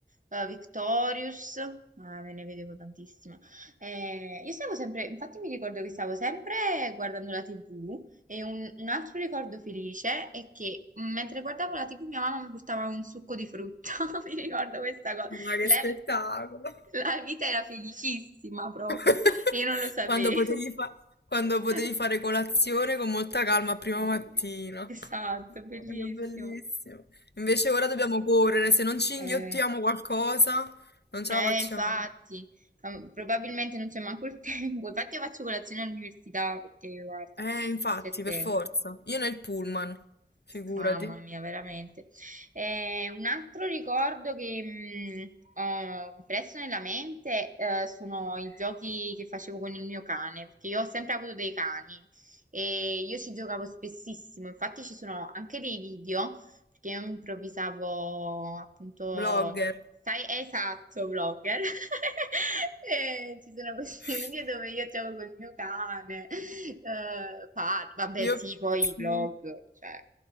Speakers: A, on the right (about 45°); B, on the left (about 70°).
A: eh, Victorious, ma me ne vedevo tantissime. Eh, io stavo sempre, infatti mi ricordo che stavo sempre guardando la TV e un, un altro ricordo felice è che mm, mentre guardavo la TV mia mamma mi portava un succo di frutta, <laughs> mi ricordo questa cosa.
B: Ma che
A: Lei-
B: spettacolo.
A: la vita era felicissima proprio.
B: <laughs>
A: Io non lo sapevo.
B: Quando potevi fa- quando potevi
A: <laughs>
B: fare colazione con molta calma a prima
A: Ah, belli-
B: mattina.
A: Esatto, bellissimo.
B: Guarda, Che bellissimo. Invece ora dobbiamo correre, se non ci
A: Eh,
B: inghiottiamo qualcosa, non ce
A: eh,
B: la facciamo.
A: infatti, ma probabilmente non c'è manco il tempo. Infatti io faccio colazione all'università perché, guarda,
B: Eh, infatti,
A: non c'è tempo.
B: per forza. Io nel pullman, figurati.
A: Mamma mia, veramente. Eh, un altro ricordo che mh, ho impresso nella mente eh, sono i giochi che facevo con il mio cane, perché io ho sempre avuto dei cani e io ci giocavo spessissimo, infatti ci sono anche dei video perché io improvvisavo appunto,
B: Blogger.
A: sai, esatto, vlogger. <laughs> E ci sono questi
B: <laughs>
A: video dove io gioco col mio cane, eh, parlo, vabbè,
B: Io
A: sì, poi
B: sì.
A: i vlog, cioè,